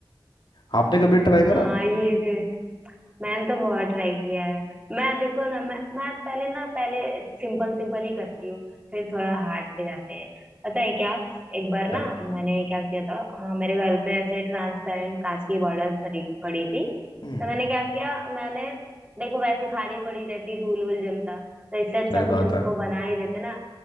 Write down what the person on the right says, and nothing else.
हाँ
ये है मैंने तो बहुत ट्राई किया है मैं देखो ना मैं मैं पहले ना पहले सिंपल सिंपल ही करती हूँ फिर थोड़ा हार्ड पे जाते हैं पता है क्या एक बार
ना मैंने क्या किया था अ, मेरे घर पे ऐसे ट्रांसपेरेंट कांच की बॉर्डर पड़ी पड़ी थी
तो मैंने क्या किया मैंने देखो वैसे खाली पड़ी रहती धूल वूल जमता तो इससे अच्छा
कुछ उसको
बना ही देते ना